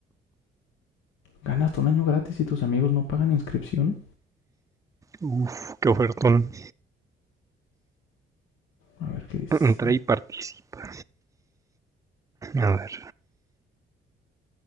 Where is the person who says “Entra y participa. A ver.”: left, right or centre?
Right